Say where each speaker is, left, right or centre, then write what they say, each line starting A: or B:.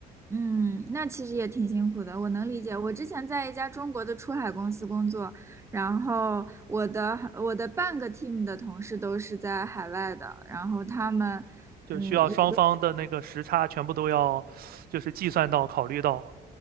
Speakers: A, on the right; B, on the right.
A: 嗯，那其实也挺辛苦的，我能理解。我之前在一家中国的出海公司工作，然后我的我的半个 team 的同事都是在海外的，然后他们嗯也都
B: 就需要双方的那个时差全部都要，就是计算到、考虑到，